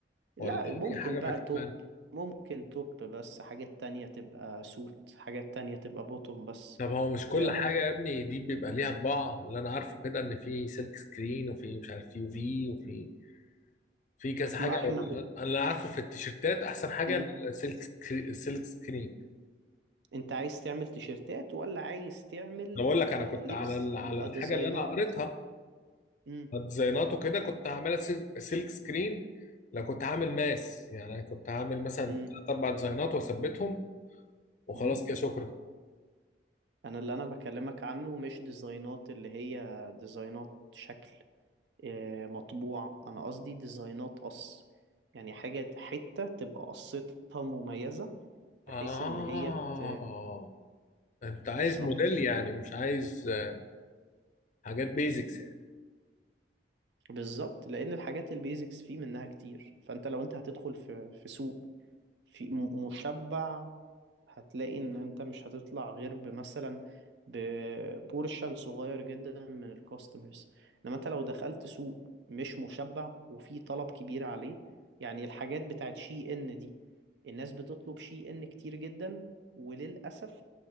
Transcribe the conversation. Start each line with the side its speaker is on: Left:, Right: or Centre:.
Right: لا
Left: ولا
Right: ممكن
Left: اي حاجه
Right: بقى
Left: ما تيجي
Right: توب
Left: معانا
Right: ممكن توب بس حاجات تانية تبقى سوت حاجات تانية تبقى بوتوم بس
Left: طب هو مش كل
Right: آه، ممكن
Left: حاجه يا ابني دي بيبقى ليها طباع اللي انا عارفه كده ان في سلك سكرين وفي مش عارف يو في وفي في كذا حاجه
Right: ما احنا م...
Left: انا اللي عارفه في التيشيرتات احسن حاجه
Right: م.
Left: السلك سكري- السلك سكرين
Right: انت عايز تعمل تيشيرتات ولا عايز تعمل
Left: انا بقول لك انا
Right: آه،
Left: كنت
Right: لبس
Left: على ال-
Right: يبقى
Left: على الحاجه
Right: ديزاينات
Left: اللي انا قريتها
Right: م.
Left: ديزاينات وكده كنت هعملها سل- سلك سكرين لو كنت هعمل ماس يعني كنت هعمل مثلا ثلاث
Right: م.
Left: اربع ديزاينات واثبتهم وخلاص
Right: م.
Left: كده شكرا
Right: انا اللي انا بكلمك عنه مش ديزاينات اللي هي ديزاينات شكل آه، مطبوع انا قصدي ديزاينات قص يعني حاجة حتة تبقى قصتها مميزة بحيث
Left: اه
Right: ان هي ت...
Left: انت عايز
Right: بالظبط
Left: موديل يعني مش عايز آه، حاجات بيزكس يعني
Right: بالظبط لان الحاجات البيزكس فيه منها كتير فانت لو انت هتدخل في في سوق في م- مشبع هتلاقي ان انت مش هتطلع غير بمثلا ببورشن صغير جدا من الكاستمرز انما انت لو دخلت سوق مش مشبع وفي طلب كبير عليه يعني الحاجات بتاعت شي ان دي الناس بتطلب شي ان كتير جدا وللأسف